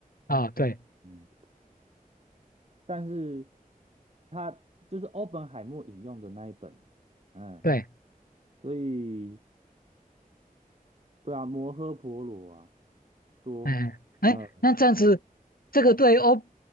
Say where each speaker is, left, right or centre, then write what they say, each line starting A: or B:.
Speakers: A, on the left; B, on the right.
A: 啊，对。
B: 嗯，但是它就是欧本海默引用的那一本，嗯，
A: 对，
B: 所以对啊，摩诃婆罗啊，多，
A: 哎哎，
B: 嗯，
A: 那这样子，这个对欧，